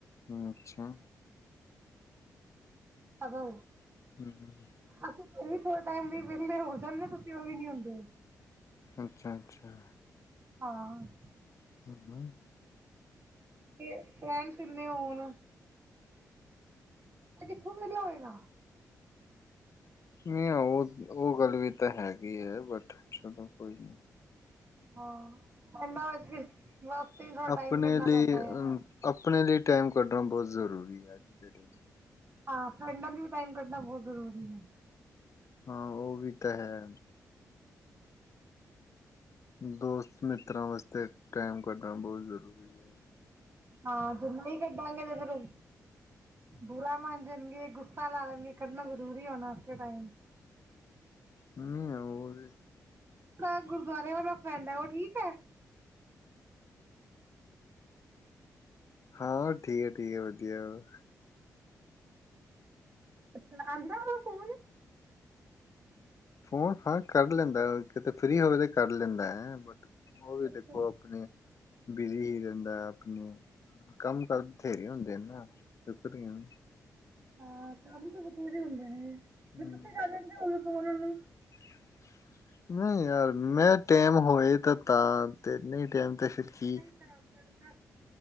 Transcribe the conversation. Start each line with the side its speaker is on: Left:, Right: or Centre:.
Left: ਅੱਛਾ
Right: ਅਵੋ
Left: ਹੂੰ-ਹੂੰ
Right: ਅਸੀਂ ਫਿਰ ਵੀ ਥੋੜੇ ਟਾਈਮ ਲਈ ਵਿਹਲੇ ਹੋ ਜਾਂਦੇ ਤੁਸੀਂ ਓ ਵੀ ਨੀ ਹੁੰਦੇ।
Left: ਅੱਛਾ-ਅੱਛਾ
Right: ਹਾਂ।
Left: <inaudible>
Right: ਤੇ ਫਰੈਂਡਸ ਇੰਨੇ ਹੋਣ ਓ ਕਿੱਥੋਂ ਵਿਹਲਾ ਹੋਏਗਾ।
Left: ਨਈ ਓ- ਓ ਗੱਲ ਵੀ ਤਾਂ ਹੈਗੀ ਆ ਬਟ ਚਲੋ ਕੋਈ ਨਈ
Right: ਹਾਂ ਪਿੰਡਾਂ ਵਿੱਚ ਵੀ ਬਸ ਥੋ੍ਹਾ <unintelligible>
Left: ਆਪਣੇ
Right: ਟਾਈਮ ਕਰਨਾ
Left: ਲਈ
Right: ਪੈਂਦਾ
Left: ਅ
Right: ਏ ਨਾ।
Left: ਆਪਣੇ ਲਈ ਟਾਈਮ ਕੱਢਣਾ ਬੋਤ ਜ਼ਰੂਰੀ ਆ ਅੱਜ ਦੇ ਟਾਈਮ
Right: ਹਾਂ ਪਿੰਡਾਂ ਲਈ ਵੀ ਟਾਈਮ ਕੱਢਣਾ ਬਹਤ ਜ਼ਰੂਰੀ ਐ।
Left: ਹਾਂ ਓ ਵੀ ਤਾ ਹੈ। ਦੋਸਤ, ਮਿੱਤਰਾਂ ਵਾਸਤੇ ਟੈਮ ਕੱਢਣਾ ਬੋਤ ਜ਼ਰੂਰੀ ਐ।
Right: ਹਾਂ ਜਿੰਨਾ ਵੀ ਕੱਢਾਂਗੇ ਤੇ ਫਿਰ ਬੁਰਾ ਮੰਨ ਜਾਣਗੇ ਗੁੱਸਾ ਲਾ ਲੈਣਗੇ ਕੱਢਣਾ ਜ਼ਰੂਰੀ ਹੋਣਾ ਟਾਈਮ
Left: ਨਈ ਏ ਹੋਰ
Right: ਤੁ ਗੁਰਦੁਆਰੇ ਵਾਲਾ ਫਰੈਂਡ ਹੈ ਉਹ ਠੀਕ ਐ।
Left: ਹਾਂ ਠੀਕ ਐ ਠੀਕ ਐ ਵਧੀਆ ਵਾ।
Right: ਅੱਛਾ ਆਂਦਾ ਉਹਦਾ ਫੋਨ
Left: ਫੋਨ ਹਾਂ ਕਰ ਲੈਂਦਾ ਕਿਤੇ ਫਰੀ ਹੋਵੇ ਤਾਂ ਕਰ ਲੈਂਦਾ ਐ ਬਟ ਓ ਵੀ
Right: ਅੱਛਾ
Left: ਦੇਖੋ ਆਪਣੇ ਬਿਜੀ ਰੈਂਦਾ ਆਪਣੇ ਕੰਮ ਕਰ ਬਥੇਰੇ ਹੁੰਦੇ ਨੇ <unintelligible>
Right: ਹਾਂ ਕੰਮ ਤੇ ਬਥੇਰੇ ਹੁੰਦੇ ਨੇ
Left: ਹਮ
Right: ਜ ਤੁਸੀੇ ਕਰ ਲੈਂਦੇ ਫੋਨ ਉਨੂੰ
Left: <inaudible> ਨਈ ਯਾਰ ਮੈਂ ਟੈਮ ਹੋਏ ਤਾਂ ਤਾਂ ਤੇ ਨਈ ਟਾਈਮ ਤੇ ਫਿਰ ਕੀ
Right: ਨਈ ਟੈਮ ਫਿਰ ਮੈਂ